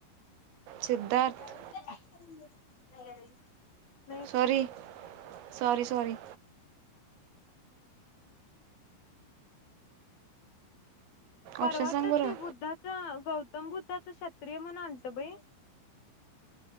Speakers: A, on the right (about 85°); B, on the left (about 45°).
A: Siddharth
B: <unintelligible> <unintelligible>
A: sorry sorry sorry
B: परवाच
A: option सांग बरं
B: ते बुद्धाच गौ सम बुद्धाचं क्षत्रीय म्हण आणत बाई